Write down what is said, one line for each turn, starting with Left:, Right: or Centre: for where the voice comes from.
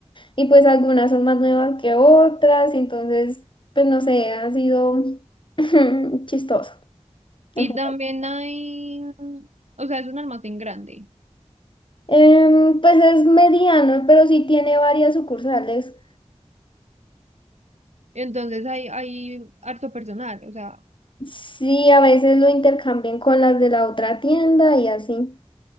Left: Y pues algunas son más nuevas que otras, entonces, pues no sé, ha sido <laughs> chistoso.
Right: Y
Left: Ajá.
Right: también hay, o sea, es un almacén grande.
Left: Em, pues es mediano, pero sí tiene varias sucursales.
Right: Entonces hay, hay harto personal, o sea,
Left: Sí, a veces lo intercambian con las de la otra tienda y así.